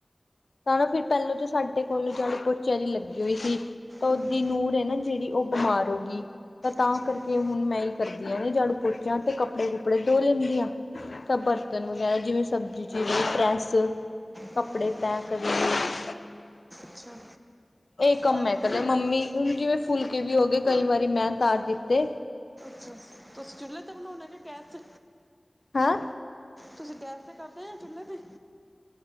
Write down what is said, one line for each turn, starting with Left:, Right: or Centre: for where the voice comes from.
Left: ਤਾਂ ਨਾ ਫਿਰ ਪਹਿਲੋਂ ਤੋ ਸਾਡੇ ਕੋਲ ਚਾੜੂ-ਪੋਚੇ ਵਾਲੀ ਲੱਗੀ ਹੋਈ ਸੀ, ਤਾਂ ਉਹਦੀ
Right: ਹੂੰ
Left: ਨੂਰ ਹੈ ਨਾ ਜਿਹੜੀ ਉਹ ਬਿਮਾਰ ਹੋਗੀ, ਤ ਤਾਂ
Right: ਅੱਛਾ
Left: ਕਰਕੇ
Right: ਅੱਛਾ
Left: ਤੇ ਹੁਣ ਮੈਂ ਹੀ ਕਰਦੀ ਹਾਂ, ਜਾੜੂ-ਪੋਚਾ ਤੇ, ਕੱਪੜੇ-ਕੁੱਪੜੇ ਦੋ ਲੈਂਦੀ ਆਂ। ਤਾਂ ਬਰਤਨ ਵਗੈਰਾ, ਜਿਵੇਂ ਸਬਜ਼ੀ ਚੀਰ ਲਈ, ਪ੍ਰੈੱਸ, ਕੱਪੜੇ
Right: ਹੂੰ ਹੂੰ,
Left: ਤੈਅ ਕਦੀ
Right: ਅੱਛਾ।
Left: ਇਹ ਕੰਮ
Right: ਮੈਨੂੰ
Left: ਮੈਂ ਕਰ, ਮੰਮੀ, ਹੁਣ ਜਿਵੇਂ ਫੁਲਕੇ ਵੀ ਹੋ ਗਏ, ਕਈ ਵਾਰੀ ਮੈਂ ੳਤਾਰ ਦਿੱਤੇ।
Right: ਤੁਸੀਂ ਚੁੱਲ੍ਹੇ ਤੇ ਬਣਾਉਂਨੇ, ਕਿ ਗੈਸ'ਚ?
Left: ਹਾਂ!
Right: ਤੁਸੀਂ ਗੈਸ ਤੇ ਕਰਦੇ, ਜਾ ਚੁੱਲ੍ਹੇ ਤੇ ਈ?